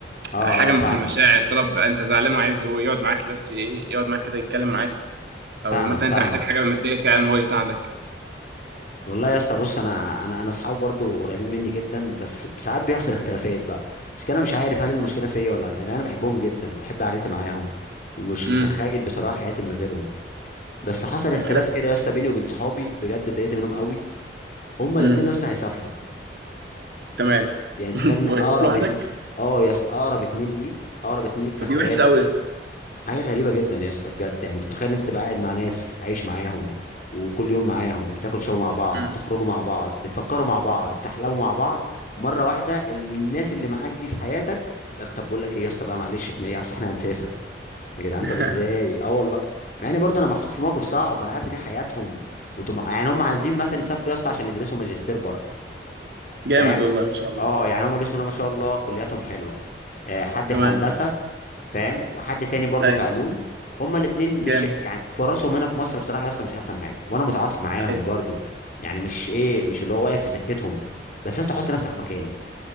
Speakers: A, on the left; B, on the right.
A: اه
B: حاجه
A: اه فاهمك
B: في المشاعر طلب انت زعلان وعايز هو يقعد معاك بس ايه يقعد معاك كده يتكلم معاك او
A: فاهمك
B: مثلا
A: فاهمك
B: انت محتاج حاجه ماديه فعلا هو يساعدك
A: والله يا اسطى بص انا انا انا اصحابي برضو قريبين مني جدا بس ساعات بيحصل اختلافات بقى مش كده أنا مش عارف هل المشكله فيا ولا يعني انا بحبهم جدا وبحب قعدتي معاهم ومش
B: امم
A: متخيل بصراحه حياتي من غيرهم بس حصل اختلاف
B: طب خلال
A: كده يا اسطى بيني وبين صحابي بجد اتضايقت منهم قوي هما
B: امم
A: الاثنين يا اسطى هيسافروا
B: تمام
A: يعني تخيل
B: <laughs>
A: ان
B: ويسيبك
A: اقرب
B: لوحدك
A: اتن... اه يا اسطى اقرب اتنين ليك اقرب اتنين ليك في
B: طب
A: حياتك
B: دي وحشه قوي يا اسطى
A: حاجه غريبه جدا يا اسطى بجد يعني انت متخيل ان انت تبقى قاعد مع ناس عايش معاهم وكل يوم معاهم بتاكل شو مع بعض
B: امم
A: تخرجوا مع بعض بتفكروا مع بعض بتحلموا مع بعض مره واحده الناس اللي معاك دي في حياتك لك طب بقول لك ايه يا اسطى بقى معلش احنا ايه اصل احنا هنسافر يا جدعان
B: <laughs>
A: طب ازاي اه والله مع ان برضه انا محطوط في موقف صعب انا عارف ان دي حياتهم وطمع يعني هم عايزين مثلا يسافروا يا اسطى عشان يدرسوا ماجستير بره
B: جامد
A: فاهم
B: والله ما شاء الله
A: اه يعني هم بسم الله ما شاء الله كلياتهم حلوه آه، حد
B: تمام
A: في هندسه فاهم وحد تاني برضه
B: ايوه
A: في علوم هما الاثنين
B: جامد
A: مش يعني فرصهم هنا في مصر بصراحه يا اسطى مش احسن حاجه وانا متعاطف معاهم
B: ايوه
A: برضه يعني مش ايه مش اللي هو واقف في سكتهم بس يا اسطى حط نفسك مكاني